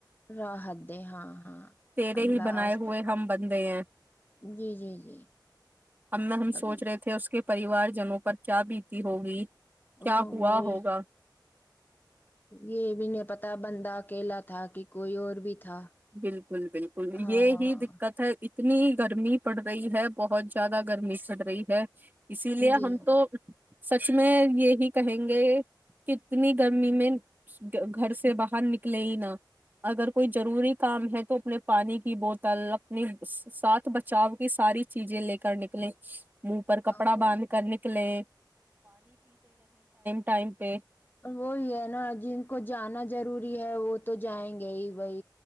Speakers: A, on the left; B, on the right.
A: راحت دے ہاں ہاں
B: تیرے
A: اللہ
B: ہی بنائے
A: اس
B: ہوئے
A: پہ
B: ہم بندے ہیں
A: جی جی جی
B: اب میں ہم سوچ
A: ابھی
B: رہے تھے اس کے پریوار جنوں پر کیا بیتی ہوگی کیا
A: ا
B: ہوا
A: وہ یہ
B: ہوگا
A: یہ بھی نہیں پتا بندہ اکیلا تھا کہ کوئی اور بھی تھا
B: بالکل بالکل
A: ہاں
B: یہ ہی دقت ہے اتنی گرمی پڑ رہی ہے بہت زیادہ گرمی پڑ رہی ہے اسی لیے
A: جی
B: ہم تو سچ میں یہی کہیں گے کتنی گرمی میں گھر سے باہر نکلے ہی نہا اگر کوئی ضروری کام ہے تو اپنے پانی کی بوتل اپنی ساتھ بچاؤ کی ساری چیزیں لے کر نکلیں منہ پر کپڑا
A: وہ
B: باندھ کر نکلے ٹائم پہ
A: وہی ہے نا جن کو جانا ضروری ہے و ہ تو جائیں گے ہی بی